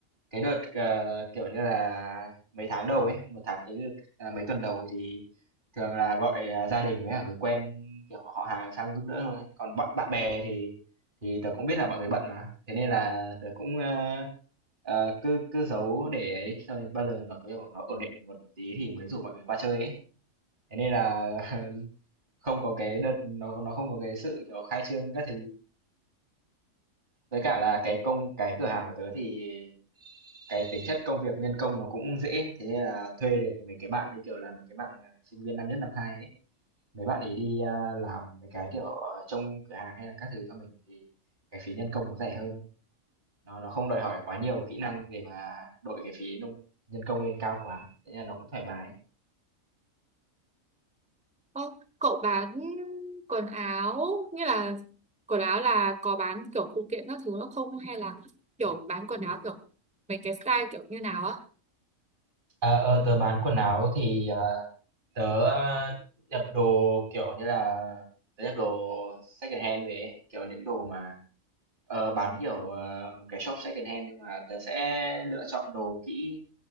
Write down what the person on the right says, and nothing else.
Cái đợt, ờ, kiểu như là, mấy tháng đầu ấy, một tháng cái đợt à, mấy tuần đầu thì thường là gọi, à, gia đình với cả người quen, kiểu, họ hàng sang giúp đỡ thôi. Còn bạn bạn bè thì thì tớ cũng biết là mọi người bận mà, thế nên là tớ cũng, ơ, ờ, cứ cứ giấu để ấy, thôi. bao giờ nó, kiểu, nó ổn định một tí thì mới rủ mọi người qua chơi ấy. Thế nên là <laughs> không có cái đợt nó nó không có cái sự, kiểu, khai trương các thứ. Với cả là cái công cái cửa hàng của tớ thì cái tính chất công việc nhân công nó cũng dễ, thế nên là thuê được mấy cái bạn, như kiểu là, mấy cái bạn, à, sinh viên năm nhất, năm hai ấy, mấy bạn ấy đi, a, làm mấy cái, kiểu, ờ, trông cửa hàng hay là các thứ cho mình thì cái phí nhân công nó rẻ hơn, nó nó không đòi hỏi quá nhiều kỹ năng để mà đội cái phí nông nhân công lên cao quá, thế nên là nó cũng thoải mái.
Ờ, ờ, tớ bán quần áo thì, ờ tớ à, nhập đồ kiểu như là tớ nhập đồ second hand về ấy, kiểu những đồ mà ờ, bán kiểu ờ, một cái shop second hand nhưng mà tớ sẽ lựa chọn đồ kỹ